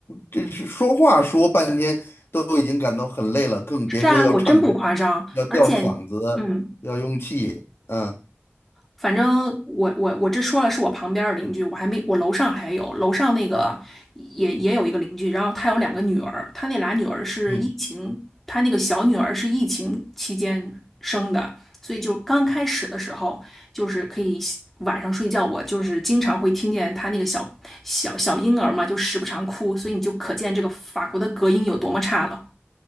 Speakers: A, on the left; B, in the centre.
A: 这是说话说半天都已经感到很累了，更别说要唱歌，
B: 是啊，我真不夸张，
A: 要吊嗓子，
B: 而且，嗯，
A: 要用气，嗯
B: 反正我我我这说了是我旁边儿的邻居，我还没我楼上还有楼上那个也也有一个邻居，然后他有两个女儿，他那俩女儿是疫情，
A: 嗯
B: 他那个小女儿是疫情期间生的，所以就刚开始的时候就是可以晚上睡觉，我就是经常会听见他那个小小小婴儿嘛，就时不常哭，所以你就可见这个法国的隔音有多么差了。